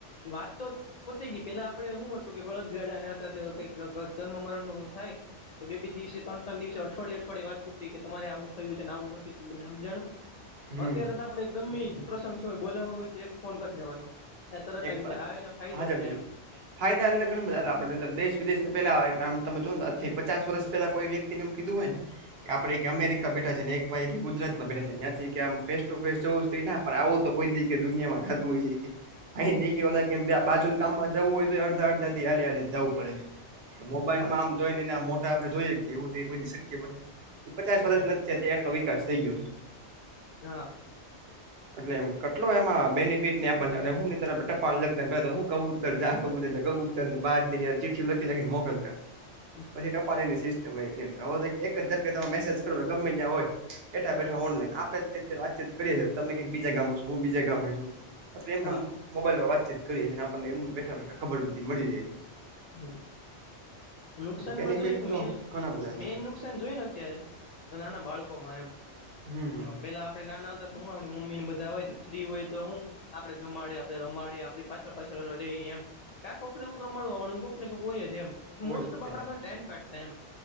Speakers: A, on the left; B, on the right.
A: એ વાત તો પોતે ગઈ પેલા આપડે શું હતું કે બળદ ગાડાા હતા કઈક જન્મ મરણ નો થાય તો બેી દિવસે ત્રણ તણ દિવસે અઠવાડિ અવાિ વાત પૂતી કે તમારે આવું થયું છેને આવું નથી જાણું
B: હમ
A: અત્યારે તો આપણે ગમે પ્રસ ય બોલાવો હોય તો એક ફોન કરી દેવાનો એ તરત
B: એક
A: આવી
B: વાત
A: જાય આવેને ફાયદા
B: હાજરથી
A: થ એમ
B: ફાયદા એટલે ઘણા બધા એ આપ દેશ વિદેશ પેલા તમે જોથી પચાસ વર્ષ પેલા કોઈ વ્યક્તિ કીધું હોય ને કે આપે અમેરિકા બેઠા છે એક ગુજરાતમાં બેઠા છે જ્યાંથી કે આમ ફેસ ટુ ફેસ જવું પણ આવું તો કોઈ દી કે દુનિયામાં ખતું હોય છે કે અહી દેખી ઓલા કેમ બાજુ કામમાં જવું હોય તો એ અડધા અધાથી હાલી હલીને જવું પડે છે મોબાઈલ
A: હા
B: માં આમ જોઈ ને એના મોટા આપણે જોઈએ કે એવું તો એક બધી શક્ય બને એ પચાસ વર્ષ
A: હમ
B: નથી થ આટલો વિકાસ થઈ ગયો
A: હા
B: એટલે એમ કેટલો એમાં બેનિફિટ આપ અને હું ટપા લગ કબૂતર જા કબત કબૂતરને ચ મોકલતા
A: <inaudible>
B: પછી ટ ની સિસ્ટમવે એક જટ તમે મેસેજ કરો ગમે ત્યાં હોય બેઠા બેઠા ઓનલાઈન આપડે વાતચત કરીએી ત ક બીજા ગામમાં છો હું બીજ ગામ છું આપણે એમના
A: હા
B: મોબાઈલમાં વાતચીત કરીએ છીએને આપણને એમ બેઠા બેઠા ખબર બધી મળી જાય છે
A: હ નુકસાનમાં
B: અને બેનિફિટ
A: જો એક
B: તો
A: મેન
B: ઘણા બધા
A: મેન
B: છે
A: નુકસાન જોઈ ને અત્યારે તો નાના બાળકો માં એમ
B: હમ
A: એ પેલા આપડે નાના હતા તો હું આપણી મમ્મી ને બધા હોય તો ફ્રી હોય તો હું આપડણે જમાડીે આપડણે રમાડીે આપણી પાછળ પાછળ રહી એમ કા કોઈકને કોઈક મળવાળ ને કોઈક કોઈ કોઈ એમ
B: હોય
A: મોસ્ટ ઓફ
B: ત્યાં
A: આપડા માટે ટાઈમ કાઢતા એમ